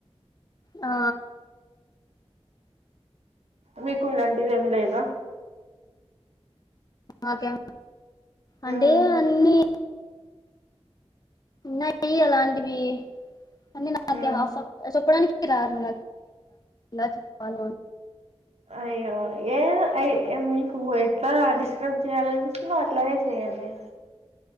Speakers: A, on the left (about 35°); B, on the right (about 75°).
A: ఆ
B: మీకు ఇలాంటివి ఏమి లేదా
A: ఆకే అంటే
B: ఉమ్
A: అన్నీ నయి అలాంటివి అ నాక
B: ఉమ్
A: హఫ్ చొప్పుడానికి ఆరు మలా ఎ పాాల
B: అయ్యో ఏ అయ మీకు ఎట్లా డిస్క్రైబ్ చేయాలనిపిస్తున్నా అట్లానే చే్యడి